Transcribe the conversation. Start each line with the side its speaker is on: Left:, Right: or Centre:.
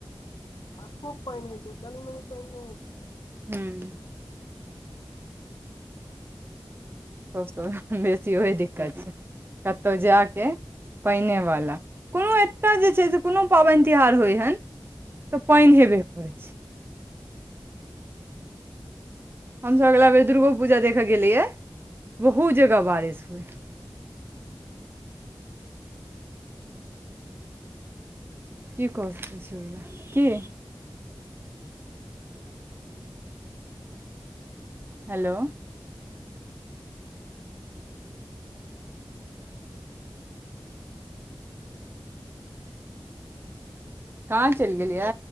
Left: आ खूब पानि हेतै कनि मनी पानि नहि हेतै
Right: हूँ सभसँ बेसी ओही दिक्कत छै कतहु जायके पैनेवला कोनो एत्तजे छै से कोनो पाबनि तिहार होइहन तऽ पानि हेबे करै छै हमसब अगिलाबेर दुर्गो पूजा देखऽ गेल रहियै बहुत जगह बारिश होइ कि कस छै बला की हेलो कहाँ चलि गेलियै